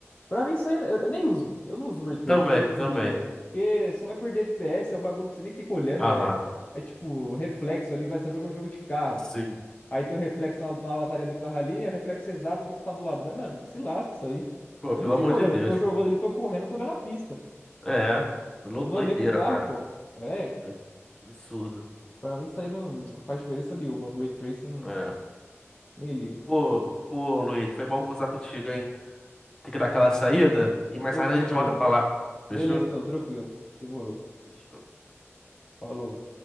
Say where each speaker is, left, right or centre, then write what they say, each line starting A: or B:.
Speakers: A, on the left (about 35°); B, on the left (about 15°).
A: pra mim isso aí eu, eu nem uso. Eu não uso Ray Trace,
B: Também,
A: eu
B: também.
A: desligo, velho. Porque só vai perder FPS, é um bagulho que você nem fica olhando,
B: Aham.
A: é. É tipo, reflexo ali, vai estar jogando um jogo de carro.
B: Sim.
A: Aí tem o reflexo na, na lataria do carro ali, é o reflexo exato do que tá do lado. Mas, mano, que se lasca isso aí.
B: Pô,
A: Eu
B: pelo
A: não
B: amor
A: fico olhando,
B: de Deus.
A: eu tô jogando ali, tô correndo, eu tô olhando a pista.
B: É. lou-
A: Eu não
B: Doideira,
A: olhei pro carro,
B: cara.
A: pô. É,
B: É Absurdo.
A: pra mim isso aí não faz diferença nenhuma. Ray Tracing, não,
B: É.
A: nem ligo.
B: Pô, pô, Luiz, foi bom conversar contigo, hein? Tem que dar aquela saída e mais
A: Ô,
B: tarde
A: fechou,
B: a gente volta
A: mano.
B: a falar. Fechou?
A: Beleza, então, tranquilo. Demorou.
B: Fechou.
A: Falou.